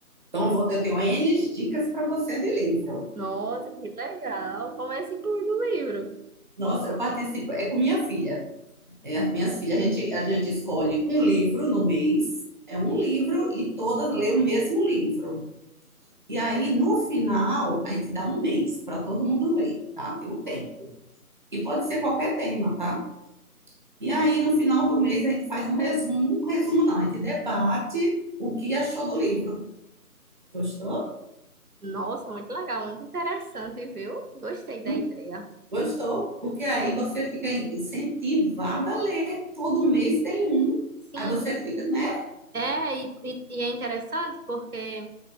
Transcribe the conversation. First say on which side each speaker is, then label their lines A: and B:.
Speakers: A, on the right; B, on the right.
A: Então, eu vou- eu tenho N dicas para você de livro.
B: Nossa, que legal! Comece Clube do Livro.
A: Nossa, eu participo, é com minha filha. É, as minhas filhas, a gente, a gente escolhe um livro no mês, é um livro e todas lêem o mesmo livro. E aí, no final, a gente dá um mês para todo mundo ler, tá? Tem um tempo. E pode ser qualquer tema, tá? E aí, no final do mês, a gente faz um resumo. Um resumo não, a gente debate o que achou do livro. Gostou?
B: Nossa, muito legal, muito interessante, viu? Gostei da
A: Não
B: ideia.
A: gostou? Porque aí você fica incentivada a ler. Todo mês tem um.
B: Sim,
A: Aí você fica, né?
B: é, e, e e é interessante porque.